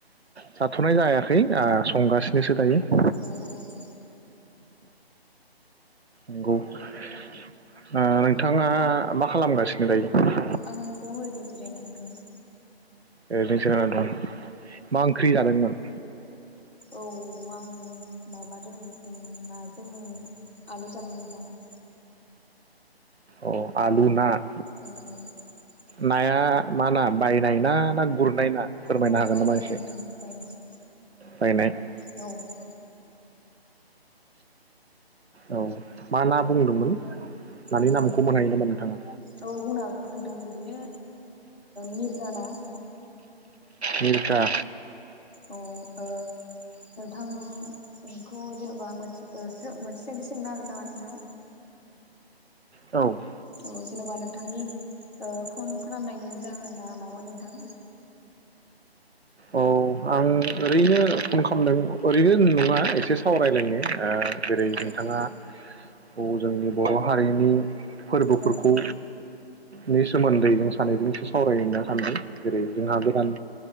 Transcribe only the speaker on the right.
जाथ'नाय जायाखै संगासिनोसो दायो ।
नंगौ ओ नोंथाङा मा खालामगासिनो दायो?
ओरैनो जिरायना दं । मा ओंख्रि जादोंमोन?
अ आलु ना ।
नाया मा ना बायनायना ना गुरनाय ना? फोरमायनो
हागोन
नामा एसे
बायनाय ।
औ मा ना बुंदोंमोन? मानि
नामखौ मोनायो नामा नोंथाङा?
मिरगा।
औ ।
औ आं ओरैनो फन खालामदों ओरैनो नङा एसे सावरायलायनो ओ जेरै
नोंथाङा
औ जोंनि बर' हारिनि फोरबोफोरखौ
नि सोमोन्दै जों सानैजों एसे सावरायना सान्दों जेरै जोंहा गोदान